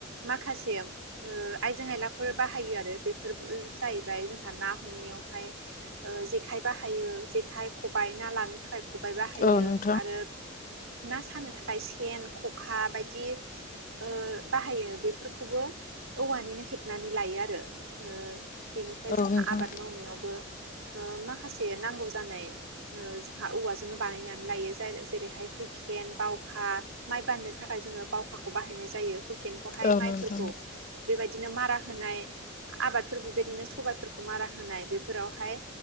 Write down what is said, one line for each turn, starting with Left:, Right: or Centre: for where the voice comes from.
Right: माखासे आइजें आयलाफोर बाहायो आरो बेफोर जाहैबाय जोंहा ना हमनायावहाय ओ जेखाइ बाहायो जेखाइ खबाइ ना लानो थाखाय खबाइ बाहायो
Left: औ नोंथां
Right: आरो ना सानो थाखाय सेन खखा बायदि ओ बाहायो बेफोरखौबो औवानिनो हेबनानै लायो ओ बेनिफ्राय
Left: औ
Right: जोंहा
Left: नोंथां
Right: आबाद मावनायावबो ओ माखासे नांगौ जानाय ओ जोंहा औवाजोंनो बानायनानै लायो जे जेरैहाय हुखि हुखेन बावखा माइ बान्नो थाखाय जोङो बावखाखौ बाहायनाय जायो हुखेनखौहाय
Left: औ
Right: माइफोरखौ
Left: नोंथां
Right: बेबादिनो मारा होनाय आबादफोर बिबायदिनो सबायाइफोरखौ मारा होनाय बेफोरावहाय